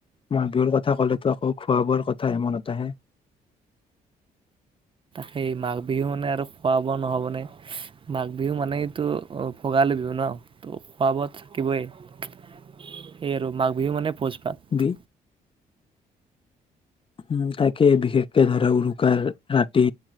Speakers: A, on the left; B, on the right.
A: মাঘ বিহুৰ কথা ক'লেতো আকৌ খোৱা বোৱাৰ কথা হে মনত আহে।
B: সেই মাঘ বিহু মানে আৰু খোৱা বোৱা নহ'বনে? মাঘ বিহু মানেটো, ভোগালী বিহু ন' খোৱা বোৱাত থাকিবই, সেই আৰু মাঘ বিহু মানে, ভোজপাত
A: বি উম, তাকে বিশেষকে ধৰা উৰুকাৰ ৰাতি